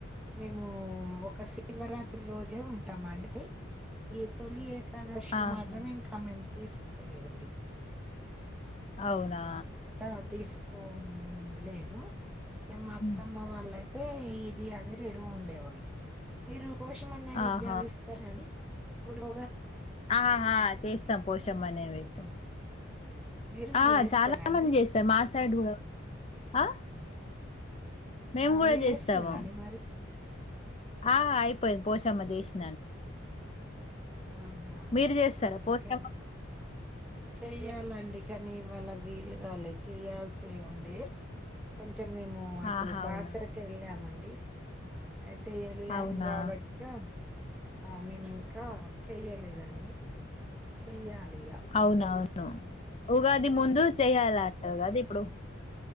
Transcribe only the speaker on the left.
ఆహా
అవునా
ఉమ్,
ఆహా
ఆహా చేస్తాం పోషమ నీవేద్యం
ఆ
చాలా చాలా
మంది చేస్తారు మాసయిూడ ఆ మేము
కూడా
చేస్తాము
ఆ అయిపోయి పోషా మ ఇ స్నాన
మీరు చేస్తారా
పోస్తమ
ఆహా
అవునా
అవునా
అవునవును
ఉగాది ముందు చెయాల అంట కాదు ఇప్పుడు